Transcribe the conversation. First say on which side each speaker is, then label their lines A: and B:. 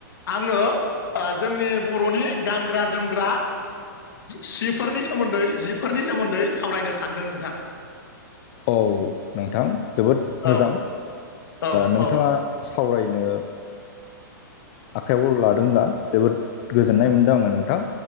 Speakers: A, on the left; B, on the left.
A: आङो जोंनि बर'नि गानग्रा जोमग्रा सिफोरनि सोमोन्दै जिफोरनि सोमोन्दै सावरायनो सानदों नोंथां
B: औ नोंथां जोबोद
A: औ
B: मोजां
A: औ
B: नोंथाङा
A: औ
B: सावरायनो आखाइयाव लादोंब्ला जोबोद गोजोननाय मोनदों आङो नोंथां